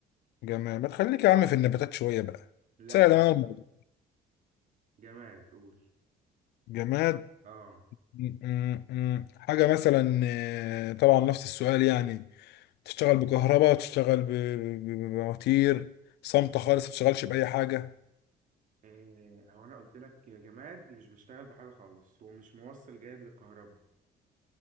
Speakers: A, on the left; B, on the right.
A: جماد ما تخليك يا عم في النباتات شوية بقى
B: لا
A: تسهل
B: جماد
A: انا الموضوع
B: جماد قول
A: جماد
B: اه
A: م- م- م. حاجة مثلا آه، طبعا نفس السؤال يعني تشتغل بكهرباء تشتغل ب- ب- ب- بمواتير صامتة خالص ما تشتغلش بأي حاجة
B: إيه هو انا قلت لك يا جماد مش بيشتغل بحاجة خالص هو مش موصل جيد للكهرباء